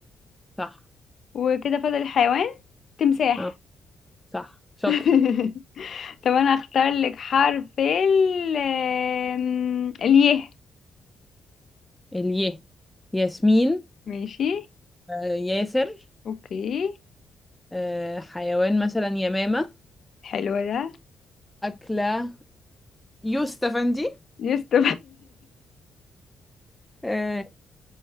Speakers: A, in the centre; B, on the left.
A: صح
B: وكده فاضل الحيوان تمساح
A: اه صح شاطرة
B: <laughs> طب انا اختار لك حرف ال آم، الياء
A: اليه ياسمين
B: ماشي
A: آه ياسر
B: اوكي
A: آه حيوان مثلا يمامة
B: حلو ده
A: أكلة يوسف أفندي
B: يوسف
A: آه،